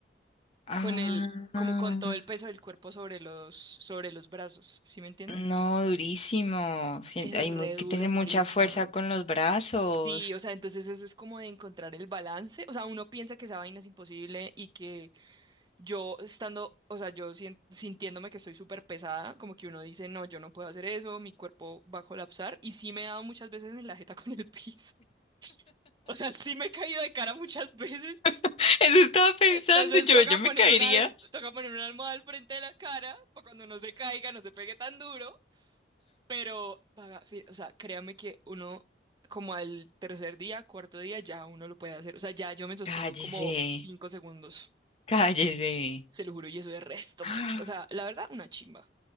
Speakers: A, on the left (about 35°); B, on the right (about 25°).
A: Ah.
B: con el, como con todo el peso del cuerpo sobre los, sobre los brazos. ¿Sí me entiende?
A: No, durísimo. Sien-
B: Es
A: Hay
B: re
A: mu- que
B: duro,
A: tener
B: marica.
A: mucha fuerza con los brazos.
B: Sí, o sea, entonces eso es como de encontrar el balance. O sea, uno piensa que esa vaina es imposible y que yo estando, o sea, yo sien- sintiéndome que estoy súper pesada, como que uno dice, no, yo no puedo hacer eso, mi cuerpo va a colapsar. Y sí me he dado muchas veces en la jeta <laughs> con el piso. <laughs> O sea, sí me he caído de cara muchas veces.
A: <laughs> Eso estaba pensando
B: Entonces
A: yo,
B: toca
A: yo me
B: poner
A: caería.
B: una, alm- toca poner una almohada al frente de la cara para cuando no se caiga, no se pegue tan duro. Pero, paga- fi- o sea, créame que uno, como al tercer día, cuarto día, ya uno lo puede hacer. O sea, ya yo me sostengo
A: Cállese,
B: como cinco segundos,
A: cállese.
B: se lo juro, y eso es resto,
A: <gasps>
B: marica.
A: Ah,
B: O sea, la verdad, una chimba.